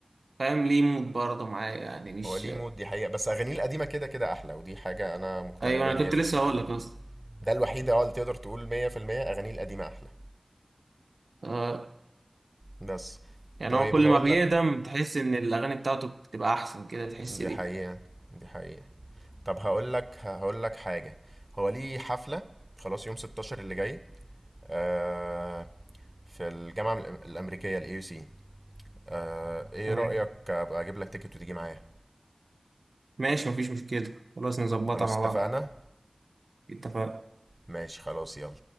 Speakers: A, on the right; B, on the right.
A: فاهم ليه مود برضه معايا يعني مش
B: هو ليه مود دي حقيقة بس أغانيه القديمة كده كده أحلى ودي حاجة أنا مقتنع
A: أيوة
B: بيها
A: أنا
B: 100%
A: كنت لسه هقول لك أصلا
B: ده الوحيدة اه اللي تقدر تقول 100% أغانيه القديمة أحلى
A: آه
B: بس
A: يعني
B: طيب
A: هو كل
B: هقول
A: ما بيقدم
B: لك
A: تحس إن الأغاني بتاعته بتبقى أحسن كده تحس
B: دي
A: بيه
B: حقيقة دي حقيقة طب هقول لك هقول لك حاجة هو ليه حفلة خلاص يوم 16 اللي جاي آه في الجامعة الأمريكية الاي سي آه ايه
A: تمام
B: رأيك ابقى اجيب لك تيكت وتيجي معايا
A: ماشي مفيش مشكلة خلاص نظبطها
B: خلاص
A: مع
B: اتفقنا
A: بعض اتفق
B: ماشي خلاص يلا